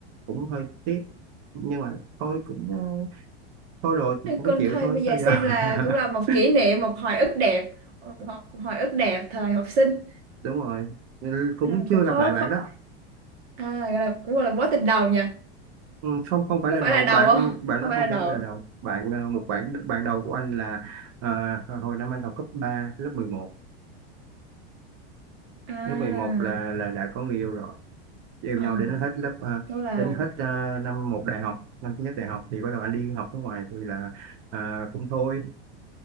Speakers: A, on the right; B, on the right.
A: cũng hơi tiếc nhưng mà thôi cũng ờ, thôi rồi thì cũng
B: con
A: phải chịu
B: thôi
A: thôi
B: bây giờ
A: sao giờ
B: xem là
A: <laughs>
B: cũng là một kỷ niệm một hồi ức đẹp Một hồi ức đẹp thời học sinh
A: đúng rồi Ừ, cũng
B: Ừ,
A: chưa
B: cũng
A: gặp
B: khó
A: lại bạn
B: khó
A: đó
B: à, gọi là cũng gọi là mối tình đầu nhỉ
A: Ừ, không không phải
B: có
A: là
B: phải
A: đầu
B: là đầu
A: bạn
B: không
A: bạn
B: không
A: đó
B: phải
A: không
B: là
A: phải
B: đầu
A: là đầu bạn ờ, một bạn bạn đầu của anh là ờ, hồi năm anh học cấp 3 lớp mười một
B: à
A: lớp mười một là là đã có người yêu rồi yêu
B: ờ
A: nhau đến hết lớp ờ,
B: đúng là
A: đến hết ờ, năm một đại học năm thứ nhất đại học thì bắt đầu anh đi học nước ngoài thì là ờ, cũng thôi